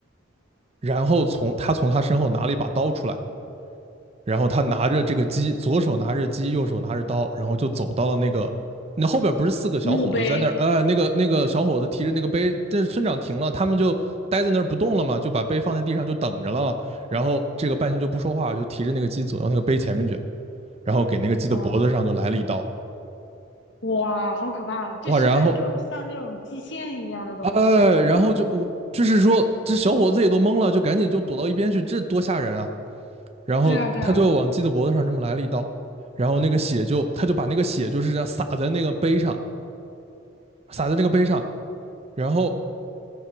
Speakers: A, on the right; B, on the left.
A: 然后从他从他身后拿了一把刀出来，然后他拿着这个鸡，左手拿着鸡，右手拿着刀，然后就走到了那个，那后边不是四个小伙子在那儿，
B: 墓碑，
A: 呃，那个那个小伙子提着那个杯，但是村长停了，他们就待在那儿不动了嘛，就把杯放在地上就等着了然后这个半仙就不说话，就提着那个鸡走到那个杯前面去，然后给那个鸡的脖子上就来了一刀，
B: 哦，哇，好可怕啊！这是不是就像那种祭献一样的东西呀？
A: 哇，然后，哎，然后就我就是说这小伙子也都懵了，就赶紧就躲到一边去，这多吓人啊！然后他就往鸡的脖子上这么来了一刀，
B: 对啊，对啊，
A: 然后那个血就他就把那个血就是这样洒在那个杯上，洒在那个杯上，然后